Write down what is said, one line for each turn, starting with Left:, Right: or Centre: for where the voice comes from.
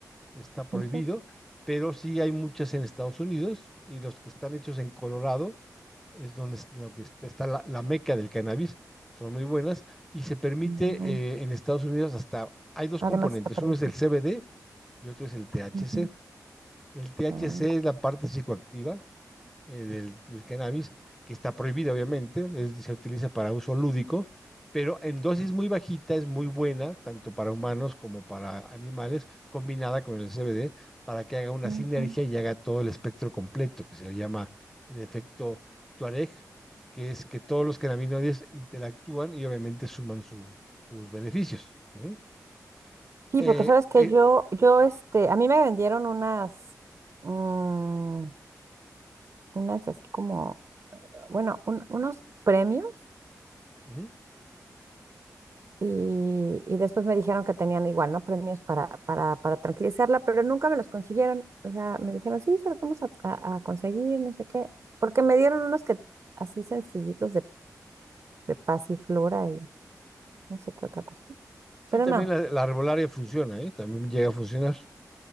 Centre: está prohibido,
Right: ¿en serio?
Centre: pero sí hay muchas en Estados Unidos y los que están hechos en Colorado es donde lo que está, está la, la, meca del cannabis, son muy buenas, y se permite
Right: Mm, mm.
Centre: eh, en Estados Unidos hasta, hay dos
Right: Además
Centre: componentes,
Right: está permitido.
Centre: uno es el CBD y otro es el THC.
Right: Ujú.
Centre: El THC
Right: Ah,
Centre: es la parte psicoactiva, eh, del, del cannabis, que está prohibida obviamente, es- se utiliza para uso lúdico, pero en dosis muy bajita es muy buena, tanto para humanos como para animales, combinada con el CBD, para que haga una
Right: ujú.
Centre: sinergia y haga todo el espectro completo, que se le llama el efecto Tuareg, que es que todos los cannabinoides interactúan y obviamente suman su- sus beneficios. Ujú.
Right: Sí,
Centre: Eh,
Right: porque sabes que
Centre: eh,
Right: yo, yo, este, a mí me vendieron unas, mm, unas así como, bueno, un- unos premios
Centre: ujú.
Right: y, y después me dijeron que tenían igual, ¿no? Premios para, para, para tranquilizarla, pero nunca me los consiguieron. O sea, me dijeron, sí, se los vamos a, a- a conseguir, no sé qué, porque me dieron unos que así sencillitos de, de pasiflora y no sé qué otra cosa.
Centre: Sí,
Right: Pero
Centre: también
Right: no.
Centre: la, la arbolaria funciona, ¿eh? También llega a funcionar.